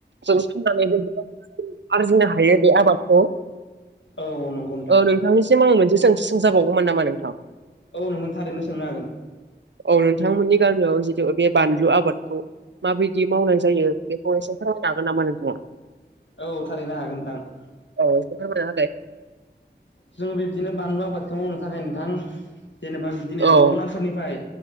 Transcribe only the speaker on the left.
औ नंगौ नोंथां
औ नोंनो थारैनो सोंनो हागोन
औ थारैनो हागोन नोंथां
जोङो बिब्दिनो बानलु आबादखौ मावनो थाखाय नोंथां जेनेबा बिदिनो
गलाफोरनिफ्राय